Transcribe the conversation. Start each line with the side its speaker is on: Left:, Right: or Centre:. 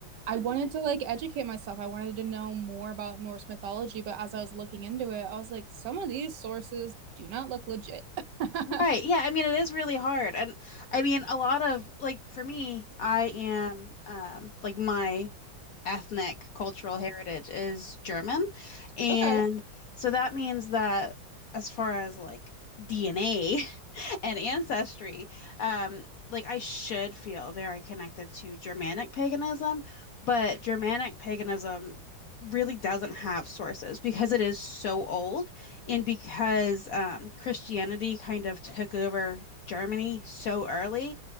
Right: I wanted to like educate myself. I wanted to know more about Norse mythology, but as I was looking into it, I was like, some of these sources do not look legit. <laughs>
Left: Right. Yeah. I mean, it is really hard. And I mean, a lot of like for me, I am um like my ethnic cultural heritage is German. And
Right: Okay.
Left: so that means that as far as like DNA <laughs> and ancestry, um like I should feel very connected to Germanic paganism, but Germanic paganism really doesn't have sources because it is so old. And because um, Christianity kind of took over Germany so early,